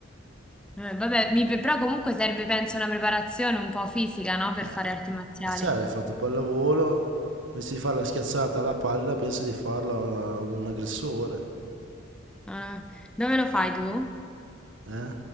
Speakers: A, in the centre; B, on the right.
A: Eh, vabbè, mi- però comunque serve, penso, una preparazione un po' fisica, no? Per
B: Eh,
A: fare arti marziali.
B: cioè, hai fatto pallavolo, invece di fare la schiacciata alla palla, pensa di farla a una- a un aggressore.
A: Ah, dove lo fai tu?
B: Eh?